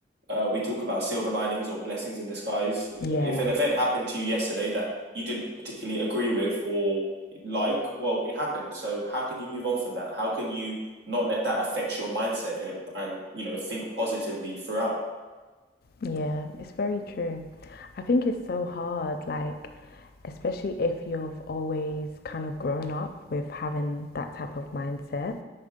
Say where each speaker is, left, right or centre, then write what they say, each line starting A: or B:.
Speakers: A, on the right; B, on the left.
A: uh, we talk about silver linings or blessings in disguise. Uh,
B: yeah.
A: If an event happened to you yesterday that you didn't particularly agree with or like, well, it happened. So how can you move on from that? How can you not let that affect your mindset and and you know think positively throughout?
B: Yeah, it's very true. I think it's so hard, like, especially if you've always kind of grown up with having that type of mindset,